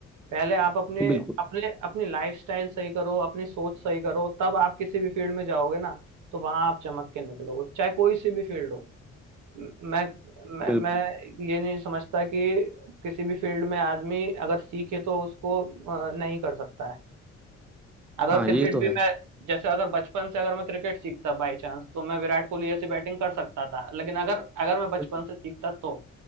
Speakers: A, on the right; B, in the centre.
A: पहले आप अपने
B: बिल्कुल
A: अपने अपनी लाइफस्टाइल सही करो अपनी सोच सही करो तब आप किसी भी फील्ड में जाओगे ना तो वहां आप चमक के निकलोगे चाहे कोई सी भी फील्ड हो म- मैं मैं
B: बिल्कुल
A: मैं ये नहीं समझता कि किसी भी फील्ड में आदमी अगर सीखे तो उसको अ, नहीं कर सकता है अगर
B: हाँ
A: क्रिकेट
B: ये तो
A: भी
B: है
A: मैं जैसे अगर बचपन से अगर मैं क्रिकेट सीखता बाय चांस तो मैं विराट कोहली जैसी बैटिंग कर सकता था लेकिन अगर अगर मैं बचपन
B: बिल्कुल।
A: से सीखता तो